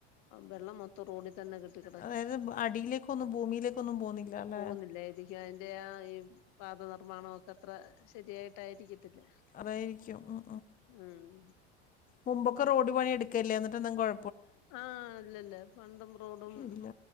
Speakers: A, on the left; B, on the left.
A: വെള്ളം മൊത്തോം റോഡി തന്നെ കെടി ട്ടി കെടക്കും
B: അതായത് അടിയിലേക്കൊന്നും ഭൂമിയിലേക്കൊന്നും പോന്നില്ല അല്ലെ
A: പോകുന്നില്ലായിരിക്കും. അതിന്റെ ആ ഈ പാത നിർമ്മാണോക്ക അത്ര ശരിയായിട്ടായിരിക്കത്തില്ല.
B: അതായിരിക്കും ഉം
A: ഉം
B: മുമ്പൊക്കെ റോഡ് പണി എടുക്കേല്ലേ എന്നിട്ടൊന്നും കൊഴ
A: ആഹ് ഇല്ലല്ല പണ്ടും റോഡും
B: ഇല്ല